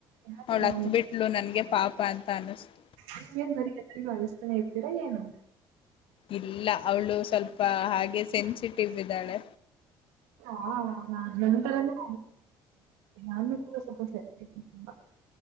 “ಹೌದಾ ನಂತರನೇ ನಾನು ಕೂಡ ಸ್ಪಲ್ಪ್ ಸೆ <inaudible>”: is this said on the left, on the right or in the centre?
Right